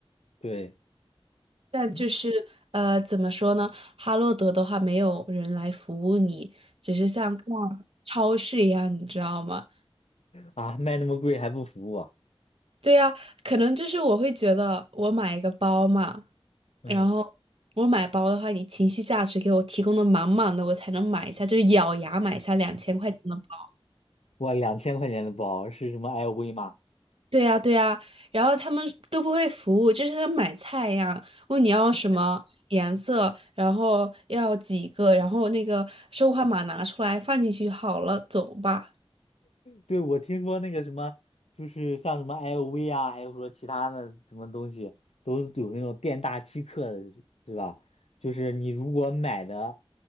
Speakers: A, on the left (about 85°); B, on the right (about 65°).
A: 对，
B: 但就是呃，
A: 嗯
B: 怎么说呢？哈罗德的话，没有人来服务你，只是像逛超市一样，你知道吗？
A: 啊，卖那么贵还不服我？
B: 对呀，可能就是我会觉得我买一个包嘛，
A: 嗯。
B: 然后我买包的话，你情绪价值给我提供的满满的，我才能买一下，就是咬牙买下两千块钱的包。
A: 哇，两千块钱的包是什么 LV 吗？
B: 对呀，对呀，然后他们都不会服务，就是像买菜一样，问你要什么颜色，然后要几个，然后那个收款码拿出来放进去好了，走吧。
A: 对，我听说那个什么，就是像什么 LV 啊，还有说其他的什么东西，都有那种店大欺客的，是吧？就是你如果买的